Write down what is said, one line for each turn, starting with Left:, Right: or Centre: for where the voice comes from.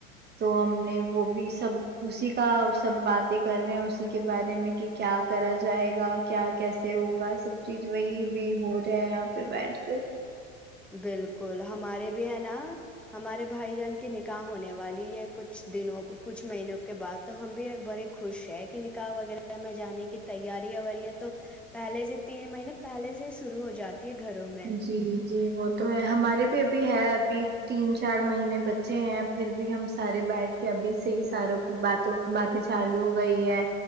Right: تو ہم نے وہ بھی سب اسی کا سب باتیں کر رہے ہیں اسی کا کے بارے میں کہ کیا کرا جائے گا کیا کیسے ہوگا سب چیز وہی بھی ہو رہا ہے یہاں پہ بیھ کے
Centre: بالکل ہمارے بھی ہے نا ہمارے بھائی جان کی نکاح ہونے والی ہے کچھ دنوں کچھ مہینوں کے بعد تو ہم بھی بڑے خوش ہے کہ نکاح وغیرہ میں جانے کی تیارییاںیریا تو پہلے سے تین مہینے پہلے سے ہی شروع ہو جاتے گھروں میں
Right: جی جی وہ تو ہے ہمارے بھی ابھی ہے ابھی تین چار مہینے بچے ہیں پھر بھی ہم سارے بیٹھ کے ابھی سے ہی ساروں کی باتوں کی باتیں چالو ہو گئی ہے